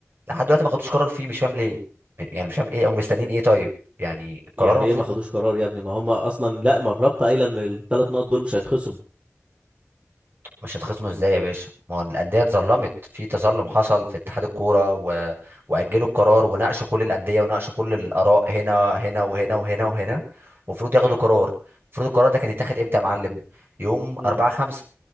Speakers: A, on the right; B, on the right.
A: لحد دلوقتي ما خدوش قرار فيه مش فاهم ليه يعني مش فاهم ايه او مستنيين ايه طيب يعني قرار
B: يعني
A: المفروض
B: ايه ما خدوش قرار يا ابني ما هم اصلا لا ما الرابطة قايلة ان الثلاث نقط دول مش هيتخصموا
A: مش هتخصموا ازاي يا باشا ما هو الانديه اتظلمت في تظلم حصل في اتحاد الكوره و... واجلوا القرار وناقشوا كل الانديه وناقشوا كل الاراء هنا هنا وهنا وهنا وهنا المفروض ياخدوا قرار المفروض القرار ده كان يتاخد امتى يا معلم يوم
B: امم
A: 4 5